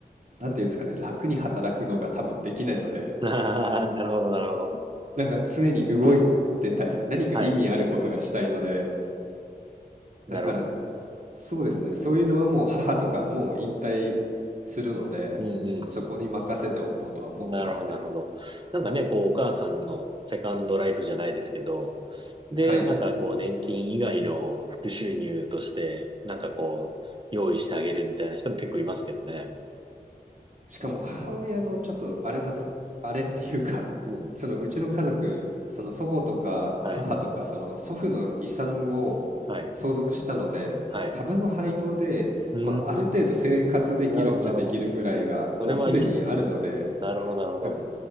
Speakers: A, on the right; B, on the right.
A: なんていうんですかね、楽に働くのが多分できないので、
B: <laughs> ああ、なるほど、なるほど。
A: なんか常に動いてたい、何か意味あることがしたいので、
B: はい。なるほど。
A: だからそうですね。そういうのはもう母とかもう引退するので、
B: うんうん
A: そこに任せておこうとは思ってますね。
B: うん。なるほど、なるほど。なんかね、こう、お母さんのセカンドライフじゃないですけど、で、
A: はい。
B: なんかこう、年金以外の副収入として、なんかこう、用意してあげるみたいな人も結構いますけどね。
A: しかも母親のちょっとあれなと、<laughs> あれっていうか、<laughs>
B: うん。
A: そのうちの家族、その祖母とか母とか、
B: はい。
A: その祖父の遺産を相続したので、
B: はい。はい。
A: 株の配当で、
B: うーん。
A: まあ、ある程度生活できるっちゃできるぐらいが、
B: なるほど、なるほど。
A: もうすでにあるので、
B: それはいいっすね。なるほど、なるほど。
A: なんか、